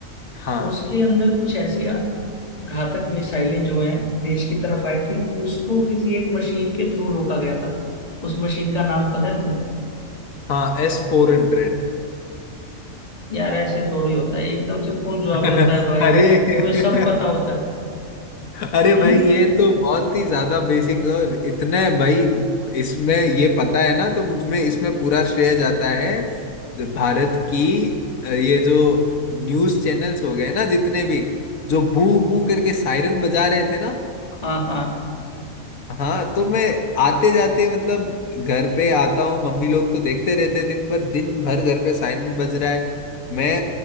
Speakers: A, on the left (about 80°); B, on the left (about 30°).
A: हाँ
B: उसके अंदर कुछ ऐसी घातक मिसाइलें जो हैं देश की तरफ आई थी उसको किसी एक मशीन के थ्रू रोका गया था उस मशीन का नाम पता है तुम्हें
A: हाँ एस फोर हंड्रेड
B: यार ऐसे थोड़ी होता है एकदम से कौन जवाब
A: <laughs>
B: देता है भाई
A: अरे
B: तुम्हें
A: <laughs>
B: सब पता होता है
A: अरे
B: हम्म
A: भाई ये तो बहुत ही ज्यादा बेसिक और इतने भाई इसमें ये पता है ना तो मुझ में इसमें पूरा श्रेय जाता है भारत की अ, ये जो न्यूज चैनल्स हो गए ना जितने भी जो बू बू करके सायरन बजा रहे थे ना
B: हाँ हाँ
A: हाँ तो मैं आते जाते मतलब घर पे आता हूँ मम्मी लोग तो देखते रहते हैं दिन भर दिन भर घर पे सायरन बज रहा है मैं